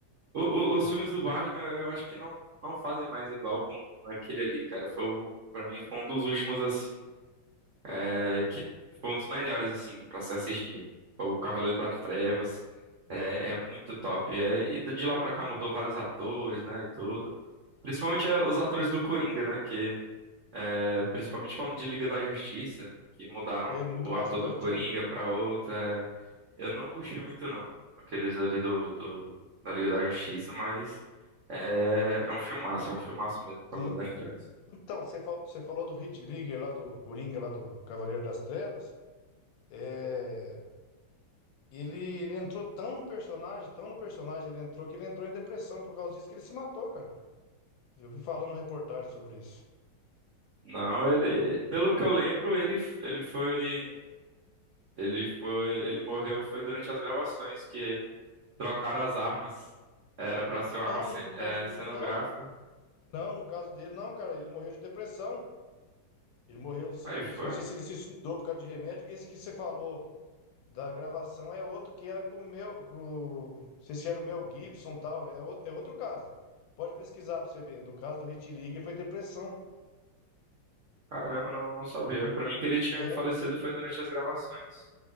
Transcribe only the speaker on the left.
é, muda
bastante,
né?
Sim.
Então, você falou, você falou do Hit Ligger lá do Coringa, lá do Cavaleiro das Trevas. É, ele, ele entrou tão no personagem, tão no personagem, ele entrou que ele entrou em depressão por causa disso que ele se matou, cara. Eu vi falando reportagem sobre isso.
Não,
no caso
dele,
não. Não, no caso dele, não, cara. Ele morreu de depressão. Ele morreu, ele se,
não sei se ele se suicidou por causa de remédio. Esse que você falou da gravação é outro que era com o meu, com, não sei se era o Mel Gibson e tal, é outro, é outro caso. Pode pesquisar pra você ver. No caso do Hit League foi depressão.
É,